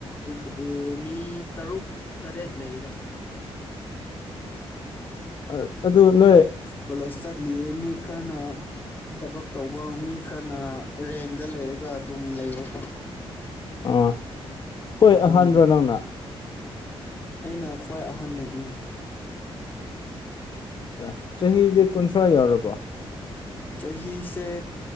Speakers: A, on the left (about 20°); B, on the left (about 45°).
A: ꯑꯗꯨꯕꯨꯗꯤ ꯃꯤ ꯇꯔꯨꯛ ꯇꯔꯦꯠ ꯂꯩꯗ
B: ꯑꯣ ꯑꯗꯨ ꯅꯣꯏ
A: ꯀꯣꯂꯦꯁꯇꯂꯤꯃꯤ ꯈꯅ ꯊꯕꯛ ꯇꯧꯕ ꯃꯤ ꯈꯔꯅ ꯔꯦꯟꯗ ꯂꯩꯔꯒ ꯑꯗꯨꯝ ꯂꯩꯕꯀꯣ
B: ꯑꯥ ꯍꯣꯏ
A: ꯑꯗꯨꯅꯤꯗ
B: ꯑꯍꯥꯟꯕ꯭ꯔꯣ ꯅꯪꯅ
A: ꯑꯩꯅ ꯈ꯭ꯋꯥꯏ ꯑꯍꯟꯅꯦ ꯎꯝ
B: ꯑ ꯆꯍꯤꯗꯤ ꯀꯨꯟꯊ꯭ꯔꯥ ꯌꯥꯎꯔꯕꯣ
A: ꯆꯍꯤꯁꯦ